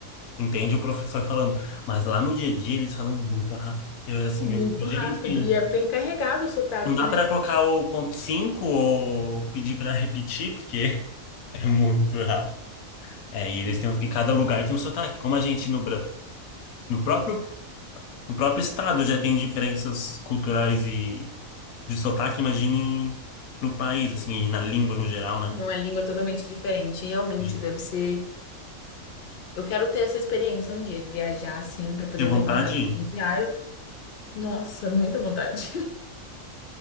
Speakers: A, on the left; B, on the left.
A: entende o professor falando, mas lá no dia a dia eles falam muito rápido, porque assim,
B: Muito
A: eu fico, gente,
B: rápido. E é bem carregado o sotaque,
A: Não dá
B: né?
A: para colocar o ponto 5 ou pedir para repetir, porque <laughs> é muito rápido. É, e eles têm, e cada lugar tem um sotaque. Como a gente no, Bra- no próprio, no próprio estado já tem diferenças culturais e de sotaque, imagine no país, assim, e na língua no geral, né?
B: Uma língua totalmente diferente. Realmente
A: Sim.
B: deve ser. Eu quero ter essa experiência um dia de viajar assim para poder
A: Tem vontade?
B: ter o contrato assim, diário. Nossa, muita vontade.